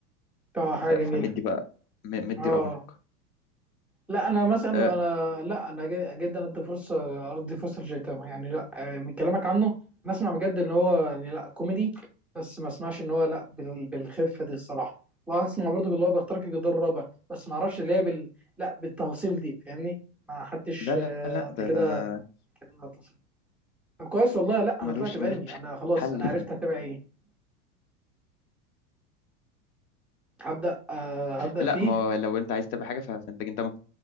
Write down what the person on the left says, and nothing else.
ف- فمدي
بقى م- مدي
رونق
آه،
لا لا
لا
ده
ده ده
ملوش
ملوش
حل
في ال...
لا
ما هو لو انت عايز تبقى حاجه ف- فانت جنتاما